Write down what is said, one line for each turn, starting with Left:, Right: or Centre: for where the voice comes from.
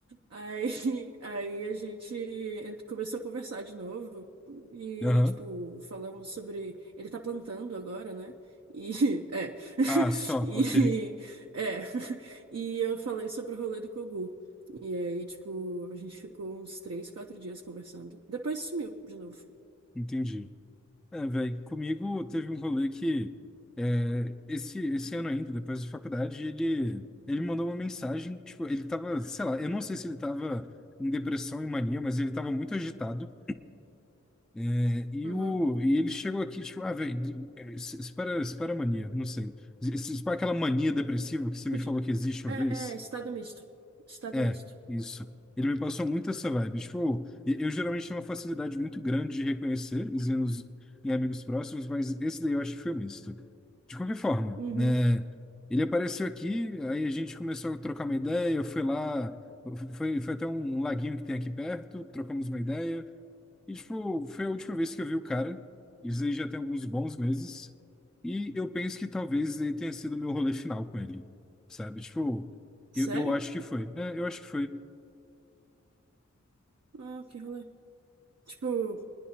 Right: Aí, aí a gente ent- começou a conversar de novo e,
Centre: Aham.
Right: tipo, falamos sobre. Ele tá plantando agora, né? E. É. <laughs>
Centre: Ah, só,
Right: E.
Centre: ok.
Right: É. E eu falei sobre o rolê do Kogu. E aí, tipo, a gente ficou uns três, quatro dias conversando. Depois sumiu de novo.
Centre: Entendi. É, velho, comigo teve um rolê que é, esse, esse ano ainda, depois da faculdade, ele, ele mandou uma mensagem, tipo, ele tava, sei lá, eu não sei se ele tava em depressão e mania, mas ele tava muito agitado. é, e,
Right: Uhum.
Centre: o, e ele chegou aqui, tipo, ah, velho, espera, espera a mania, não sei. Espera aquela mania depressiva que você
Right: Podia...
Centre: me falou que existe
Right: É,
Centre: uma vez.
Right: é, estado misto. Estado
Centre: É,
Right: misto.
Centre: isso. Ele me passou muito essa vibe. Tipo, e- eu geralmente tenho uma facilidade muito grande de reconhecer os erros em amigos próximos, mas esse daí eu acho que foi misto. De qualquer forma,
Right: Uhum.
Centre: né? Ele apareceu aqui, aí a gente começou a trocar uma ideia, eu fui lá, foi, foi até um laguinho que tem aqui perto, trocamos uma ideia. E, tipo, foi a última vez que eu vi o cara. Isso aí já tem alguns bons meses. E eu penso que talvez ele tenha sido o meu rolê final com ele. Sabe? Tipo,
Right: Sério?
Centre: eu, eu acho que foi. É, eu acho que foi.
Right: Ah, que rolê. Tipo,